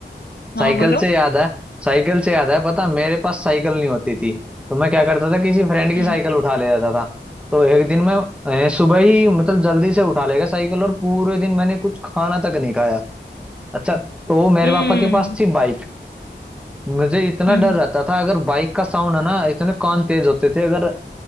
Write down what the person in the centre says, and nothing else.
साइकिल
से याद है साइकिल से याद है पता मेरे पास साइकिल नहीं होती थी तो मैं क्या करता था किसी फ्रेंड की
साइकिल उठा ले जाता था तो एक दिन मैं अ, सुबह ही मतलब जल्दी से उठा ले गया साइकिल और पूरे दिन मैंने कुछ खाना तक नहीं खाया अच्छा तो मेरे
पापा के पास थी बाइक मुझे इतना
डर
रहता था अगर बाइक का साउंड है ना इतने कान तेज होते थे अगर